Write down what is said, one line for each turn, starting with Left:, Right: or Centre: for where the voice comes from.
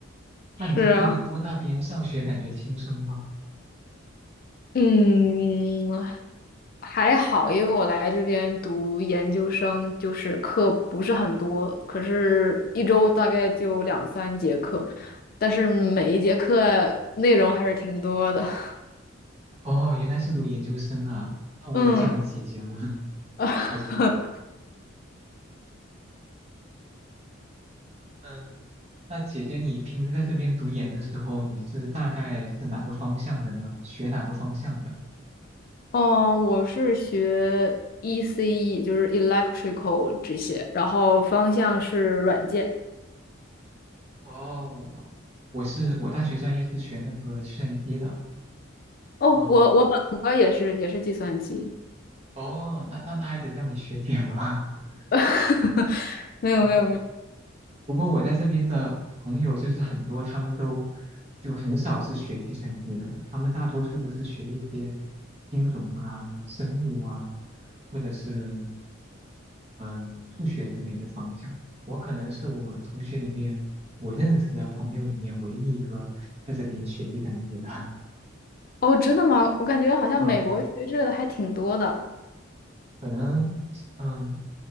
Left: 是啊，
Right: 那你在多伦多那边上学感觉轻松吗？
Left: 嗯，还好，因为我来这边读研究生，就是课不是很多，可是一周大概就两三节课，但是每一节课内容还是挺多的。<laughs>
Right: 哦，原来是读研究生啊，那我得叫你姐姐了，
Left: 嗯，
Right: <laughs>
Left: <laughs>
Right: 小姐姐。嗯，那姐姐你平时在这边读研的时候，你是大概是哪个方向的呢？学哪个方向的？
Left: 哦，我是学 ECE，就是 electrical 这些，然后方向是软件。
Right: 哦，我是我大学专业是学那个计算机的。
Left: 哦，
Right: 哦
Left: 我我本科也是也是计算机。
Right: 哦，那那那还得叫你学姐了。<laughs>
Left: <laughs> 没有没有没有。
Right: 啊，不过我在这边的朋友就是很多，他们都就很少是学计算机的，他们大多数都是学一些金融啊、生物啊，或者是嗯数学之类的方向。我可能是我同学里面我认识的朋友里面唯一一个在这边学计算机的。<laughs>
Left: 哦，真的吗？我感觉好像美国学这个的还挺多的。
Right: 嗯，可能嗯